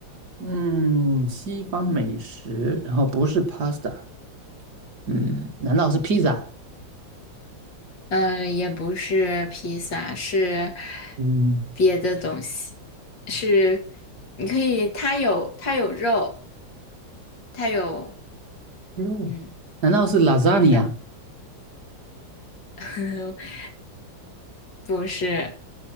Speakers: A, on the right (about 55°); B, on the left (about 70°).
A: 嗯，西方美食，然后不是 pasta。嗯，难道是披萨？
B: 嗯，也不是披萨，是
A: 嗯
B: 别的东西，是你可以，它有它有肉，它有
A: 肉难道是
B: 嗯
A: lasagna？
B: 的，<laughs> 不是，